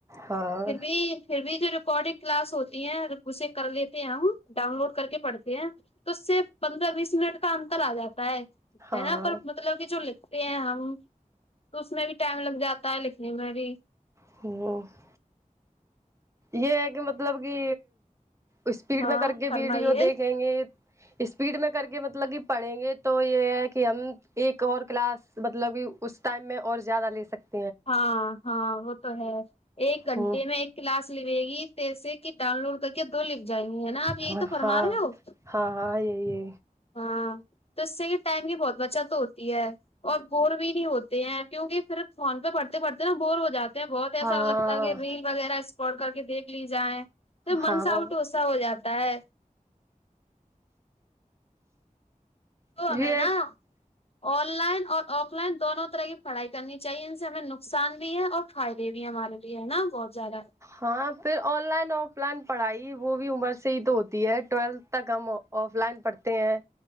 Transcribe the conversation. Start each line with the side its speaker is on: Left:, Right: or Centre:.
Right: ہاں
Left: پھر بھی پھر بھی جو ریکارڈنگ کلاس ہوتی ہے اسے کر لیتے ہیں ہم ڈاون لوڈ کر کے پڑھتے ہیں تو اس سے پندرہ بیس منٹ کا انتر آ جاتا ہے
Right: ہاں
Left: ہے نا پر مطلب کہ جو لکھتے ہیں ہم تو اس میں بھی ٹائم لگ جاتا ہے لکھنے میں بھی
Right: <unintelligible> یہ ہے کہ مطلب کہ اسپیڈ
Left: ہاں
Right: میں کر کے
Left: فرمائیے
Right: ویڈیو دیکھیں گے اسپیڈ میں کر کے مطلب کہ پڑھیں گے تو یہ ہے کہ ہم ایک اور کلاس مطلب کہ اس ٹائم میں اور زیادہ لے سک
Left: ہاں ہاں وہ تو ہے ایک گھنٹے
Right: ہوں
Left: میں ایک کلاس لیوے گی تسے کہ ڈاؤن لوڈ کر کے دو لکھ جائیں گے ہے نا آپ یہی
Right: ہاں
Left: تو فرما
Right: ہاں
Left: رہے ہو
Right: ہاں ہاں یہ یہ
Left: ہاں تو اس سے یہ ٹائم کی بہت بچت ہوتی ہے اور بور بھی نہیں ہوتے ہیں کیونکہ صرف فون پہ پڑھتے پڑھتے نا بور ہو جات بہت
Right: ہاں
Left: ایسا لگتا ہے کہ ریل وغیرہ اسپٹ کر کے دیکھ لی جائیں تو منساوٹ
Right: ہاں
Left: سا ہو جاتا ہے تو ہمیں
Right: یہ
Left: نا آن لائن اور آف لائن دونوں طرح کی پڑھائی کرنی چاہیے ان سے ہمیں نقصان بھی ہے اور فائدے بھی ہمارے لیے ہے نا بہت زیادہ
Right: ہاں پھر آن لائن آف لائن پڑھائی وہ بھی عمر سے ہی تو ہوتی ہے ٹویلتھ تک ہم آف لائن پڑھتے ہیں